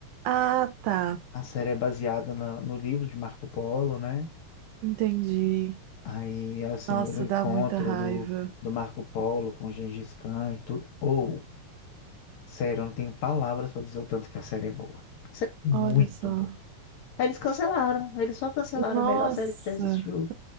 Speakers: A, on the right; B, on the left.
A: Ah, tá.
B: a série é baseada na- no livro de Marco Polo, né?
A: Entendi.
B: Aí ela simula
A: Nossa,
B: o encontro
A: dá muita raiva.
B: do, do Marco Polo com o Gengis Khan e tudo. Ou, sério, eu não tenho palavras pra dizer o tanto que a série é boa. A série é muito
A: Olha só.
B: boa. Aí Eles cancelaram, eles só cancelaram
A: Nossa,
B: a melhor série que já existiu.